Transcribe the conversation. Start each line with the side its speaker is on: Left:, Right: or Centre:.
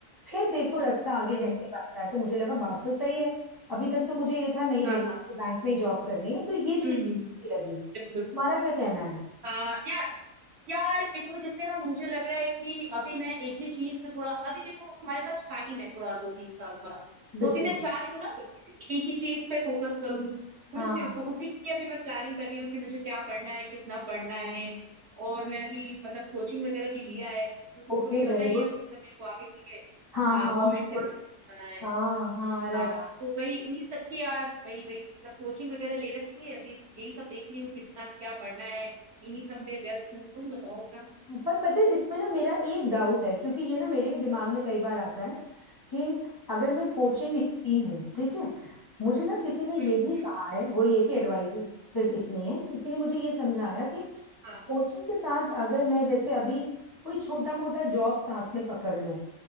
Left: फिर देखो रास्ता आगे
Right: हम्म
Left: कैसे
Right: हम्म,
Left: बढ़ता है तो मुझे लगा बात तो सही है अभी तक तो मुझे ये था नहीं भाई
Right: हाँ
Left: मुझे
Right: हाँ
Left: बैंक में ही जॉब करनी है तो ये चीज
Right: हम्म
Left: अच्छी
Right: हम्म,
Left: लगी तुम्हारा
Right: बिल्कुल
Left: क्या कहना है
Right: हाँ यार यार देखो जैसे ना मुझे लग रहा है कि अभी मैं एक ही चीज पे थोड़ा अभी देखो हमारे पास टाइम है थोड़ा दो तीन साल का
Left: बिल्कुल
Right: तो अभी मैं चाह रही हूँ ना कि किसी एक ही चीज पे फोकस करूँ समझ
Left: हाँ
Right: रही हो? तो उसी की अभी मैं प्लानिंग कर रही हूँ कि मुझे क्या पढ़ना है कितना पढ़ना है और मैं अभी मतलब कोचिंग वगैरह भी लिया है तो तुमको
Left: Okay
Right: तो पता
Left: very
Right: ही
Left: good
Right: है मतलब मेरे को आगे चल के
Left: हाँ
Right: हाँ
Left: हाँ
Right: गवर्नमेंट
Left: बिल्कुल
Right: सेक्टर में जाना है
Left: हाँ हाँ राइट
Right: हाँ हाँ तो वही उन्हीं सब की यार वही वही सब कोचिंग वगैरह ले रखी है अभी यही सब देख रही हूँ कितना क्या पढ़ना है इन्हीं सब में व्यस्त हूँ तुम बताओ अपना
Left: पर पता है इसमें ना मेरा एक डाउट है क्योंकि ये ना मेरे भी दिमाग में कई बार आता है कि अगर मैं कोचिंग
Right: हम्म
Left: लेती हूँ ठीक है मुझे ना किसी ने ये
Right: हम्म,
Left: भी
Right: हम्म,
Left: कहा है वो ये कि एडवाइसेस फिर इतनी है किसी ने मुझे ये समझाया कि
Right: हाँ
Left: कोचिंग के साथ अगर मैं जैसे अभी कोई छोटा मोटा जॉब साथ में पकड़ लूं